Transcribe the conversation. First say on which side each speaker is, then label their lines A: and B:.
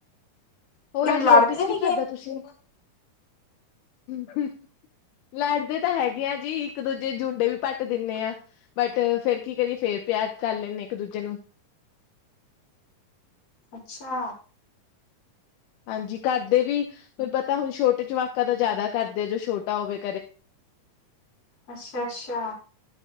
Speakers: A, on the left; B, on the left.
A: ਹੋਰ ਅੱਜ
B: ਲੜਦੇ
A: ਰੋਟੀ ਚ ਕੀ
B: ਨੀ
A: ਖਾਧਾ
B: ਗੇ
A: ਤੁਸੀਂ ਹ ਲੜਦੇ ਤਾਂ ਹੈਗੇ ਆ ਜੀ ਇੱਕ ਦੂਜੇ ਜੁੰਡੇ ਵੀ ਭੱਟ ਦਿੰਦੇ ਆ ਬਟ ਫੇਰ ਕੀ ਕਰੀਏ ਫੇਰ ਪਿਆਰ ਕਰ ਲੈਂਦੇ ਇੱਕ ਦੂਜੇ ਨੂੰ <inaudible>
B: ਅੱਛਾ
A: ਹਾਂਜੀ ਘਰਦੇ ਵੀ ਹੁਣ ਪਤਾ ਹੁਣ ਛੋਟੇ ਚਮਾਕ ਤਾਂ ਜ਼ਿਆਦਾ ਕਰਦੇ ਆ ਜੋ ਛੋਟਾ ਹੋਵੇ
B: ਅੱਛਾ ਅੱਛਾ